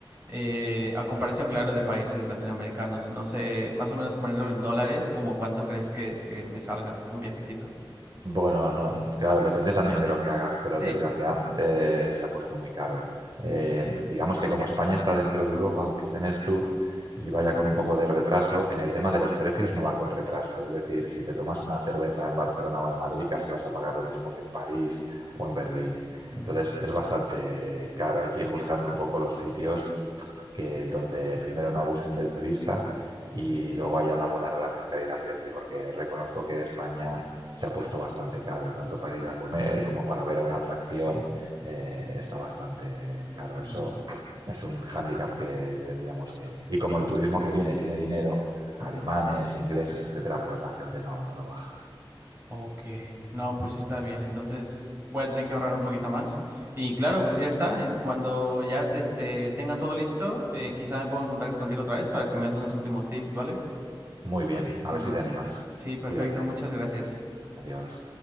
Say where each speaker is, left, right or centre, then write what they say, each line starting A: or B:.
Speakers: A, on the right; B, on the right.
A: eh, a comparación, claro, de países latinoamericanos. No sé, más o menos poniéndolo en dólares, como cuánto crees que es que me salga un viajecito?
B: Bueno, no, claro, depende también de lo que hagas, pero
A: Sí.
B: desgraciadamente se ha puesto muy caro. Eh,
A: Ujú,
B: digamos que como España está dentro de Europa, aunque esté en el sur y vaya con un poco de retraso, en el tema de los precios no va con retraso. Es decir, si te tomas una cerveza en Barcelona o en Madrid, casi vas a pagar lo mismo que en París o en Berlín.
A: ujú,
B: Entonces es bastante caro, hay que ir buscando un poco los sitios que donde primero no abusen del turista y luego haya una buena relación calidad-precio, porque reconozco que España se ha puesto bastante caro, tanto para ir a comer como para ver a una atracción, eh, está bastante caro.
A: ujú,
B: Eso es un hándicap que tendríamos que... Y como el turismo que viene tiene dinero,
A: ujú,
B: alemanes,
A: ujú.
B: ingleses, etcétera, pues la gente no, no lo baja.
A: Ok, no, pues está bien, entonces voy a tener que ahorrar un poquito más. Y claro,
B: Eso
A: pues ya
B: es.
A: está, en- cuando ya te, este, tenga todo listo, eh, quizá me ponga en contacto contigo otra vez para que me des unos últimos tips, ¿vale?
B: Muy bien, a
A: Ujú.
B: ver si te animas.
A: Sí, perfecto,
B: Cuídate.
A: muchas gracias.
B: Adiós.